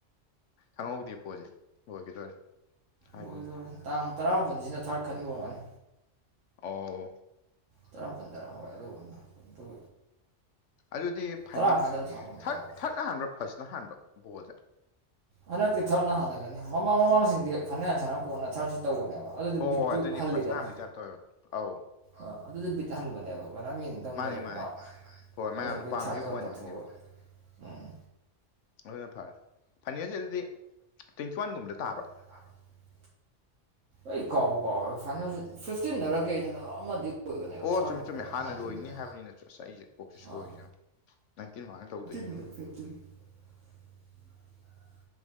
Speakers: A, on the left; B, on the right.
A: ꯈꯪꯍꯧꯗꯦ ꯕꯣꯜꯁꯦ ꯂꯣꯏꯒꯤꯗꯣꯔꯦ ꯍꯥꯏꯒꯨꯝꯅ
B: ꯂꯣꯏꯗꯣꯔꯦ ꯇꯥꯡ ꯇꯔꯥꯃꯥꯄꯟꯁꯤꯅ ꯊꯔꯠ ꯈꯟꯕ ꯑꯣꯏꯔꯝꯒꯅꯤ
A: ꯑꯥꯎ
B: ꯇꯔꯥꯝꯄꯟꯗꯔꯥ ꯑꯣꯏ ꯑꯗꯨꯅ ꯑꯗꯨ
A: ꯑꯗꯨꯗꯤ ꯐꯥꯏꯅꯦ
B: ꯇꯔꯥꯃꯉꯥꯗꯔ ꯇꯔꯥꯃꯥꯄꯜ
A: ꯊꯥꯔꯠ
B: ꯀꯥꯎꯕ
A: ꯊꯥꯔꯠꯅ ꯍꯥꯟꯕ꯭ꯔꯥ ꯐꯥꯔꯁꯅ ꯍꯥꯟꯕ꯭ꯔꯣ ꯕꯣꯜꯁꯦ
B: ꯍꯟꯗꯛꯇꯤ ꯊꯥꯔꯠꯅ ꯍꯥꯟꯅꯜꯂꯅꯤ ꯃꯃꯥꯡ ꯃꯃꯥꯡꯁꯤꯡꯗꯤ ꯐꯥꯏꯅꯦꯜ ꯍꯥꯏꯅ ꯁꯥꯟꯅꯔꯒ ꯀꯣꯟꯅ ꯊꯥꯔꯠꯁꯤ ꯇꯧꯕꯅꯦꯕ ꯑꯗꯨꯗ
A: ꯍꯣꯏ
B: ꯕꯤꯠꯇꯨ
A: ꯍꯣꯏ ꯑꯗꯨꯅꯦ
B: ꯍꯜꯂꯤꯗꯅ
A: ꯐꯥꯔꯁꯅ ꯍꯥꯟꯕꯩ ꯇꯥꯏꯞ ꯇꯧꯋꯦꯕ ꯑꯧ
B: ꯑ ꯑꯗꯨꯗ ꯕꯤꯠ ꯍꯟꯕꯅꯦꯕ ꯀꯅꯥꯝ ꯌꯦꯡ ꯗꯝꯅꯦꯕ
A: ꯃꯥꯅꯦ ꯃꯥꯅꯦ
B: ꯄꯥꯛ ꯃꯥꯅꯤ ꯃꯥꯅꯤ
A: ꯍꯣꯏ ꯃꯌꯥꯝꯅ
B: ꯑꯗꯨꯏ ꯁꯥꯔꯨꯛꯄꯨꯗꯤ
A: ꯄꯥꯝꯃꯤ
B: ꯊꯔꯥꯠꯇꯣ ꯍꯥꯟꯅ
A: ꯋꯟꯗꯨꯅꯦꯕ
B: ꯇꯧꯊꯣꯛꯑꯒꯥ ꯎꯝ
A: ꯑꯗꯨꯅ ꯐꯔꯦ ꯐꯥꯏꯅꯦꯜꯖꯦ ꯑꯗꯨꯗꯤ ꯇ꯭ꯋꯦꯟꯇꯤ ꯋꯥꯟꯒꯨꯝꯕꯗ ꯇꯥꯕ꯭ꯔꯥ
B: <unintelligible> ꯑꯩ ꯀꯥꯎꯕꯨ ꯀꯥꯎꯋꯦ ꯐꯥꯏꯜꯁꯦ ꯐꯤꯞꯇꯤꯟ ꯗꯔ ꯀꯩꯗꯅ ꯑꯃꯗꯤ ꯑꯣꯏꯕꯅꯦꯕ
A: ꯑꯣ
B: ꯊꯥꯔꯠ
A: ꯆꯨꯝꯃꯤ
B: ꯍꯟꯕ
A: ꯆꯨꯝꯃꯤ ꯍꯥꯟꯅ
B: ꯅꯥꯏꯟꯇꯤꯟꯗ
A: ꯂꯣꯏꯅꯤ ꯍꯥꯏꯕꯅꯤꯅꯁꯨ ꯑꯁ ꯑꯩꯁꯦ ꯀꯣꯛꯁꯦ ꯁꯣꯏꯔꯤꯌꯦꯉꯨ
B: ꯑꯥ
A: ꯅꯥꯏꯟꯇꯤꯟ ꯃꯥꯃꯥꯡꯗ ꯇꯧꯗꯣꯏꯅꯤ
B: <inaudible>